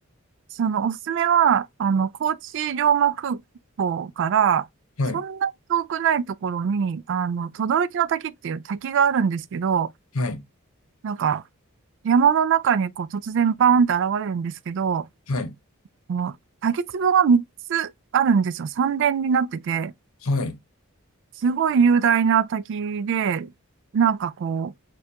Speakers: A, on the right; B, on the left.
A: そのおすすめは、あの、高知龍馬空港から、
B: はい。
A: そんな遠くないところに、あの、轟の滝っていう滝があるんですけど、
B: はい。
A: なんか、山の中にこう突然バーンって現れるんですけど、
B: はい。
A: この滝壺が3つあるんですよ。三連になってて、
B: はい。
A: すごい雄大な滝で、なんかこ